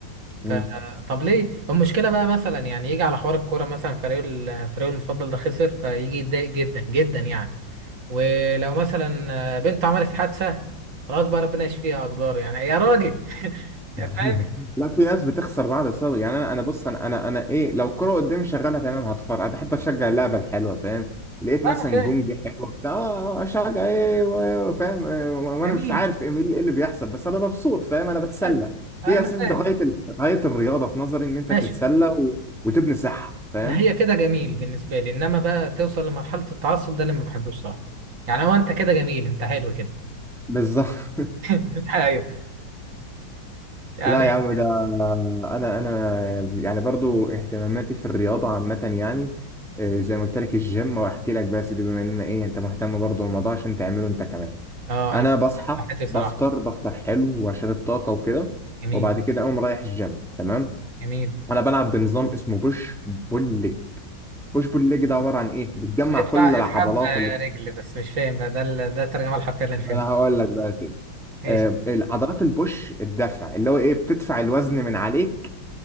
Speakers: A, in the centre; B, on the right (about 75°).
A: مم.
B: ف... طب ليه المشكله بقى مثلا يعني يجي على حوار الكوره مثلا فريقه ال- فريقه المفضل ده خسر فيجي يتضايق جدا جدا يعني ولو مثلا بنته عملت حادثه خلاص بقى ربنا يشفيها اقدار يعني يا راجل <laughs>
A: <laughs>
B: يا فاهم
A: لا في ناس بتخسر بعض بسبب يعني انا انا بص انا انا انا ايه لو الكوره قدامي شغاله تمام هتفرج انا بحب اشجع اللعبه الحلوه فاهم لقيت
B: انا
A: مثلا
B: فاهم
A: جونج حلو بتاع آه، آه، آه، اشجع ايه و- إيه، فاهم آه، وانا
B: جميل
A: مش عارف ايه مين- إيه اللي بيحصل بس انا مبسوط فاهم انا بتسلى
B: حلو انا
A: هي اساس
B: فاهم
A: ده غايه ال- غايه الرياضه في نظري ان انت
B: ماشي
A: تتسلى و... وتبني صحه فاهم
B: ما هي كده جميل بالنسبه لي انما بقى توصل لمرحله التعصب ده اللي ما بحبوش صراحه يعني هو انت كده جميل انت حلو كده
A: بالظبط
B: <laughs> ايوه يعني
A: لا يا عم ده انا انا يعني برضو اهتماماتي في الرياضه عامه يعني آه، زي ما قلت لك الجيم واحكي لك بس دي بما ان ايه انت مهتم برضو بالموضوع عشان تعمله انت كمان
B: اه
A: انا
B: انا بحب
A: بصحى
B: حياتي صراحه
A: بفطر بفطر حلو وعشان الطاقه وكده
B: جميل
A: وبعد كده اقوم رايح الجيم تمام
B: جميل
A: انا بلعب بنظام اسمه بوش بول ليج بوش بول ليج ده عباره عن ايه بتجمع
B: اطلع
A: كل العضلات
B: افحم آه،
A: اللي
B: رجل بس مش فاهم بقى ده ال- ده الترجمة الحرفية اللي انا فهمتها
A: انا هقول لك بقى ايه
B: ماشي
A: آه، العضلات البوش الدفع اللي هو ايه بتدفع الوزن من عليك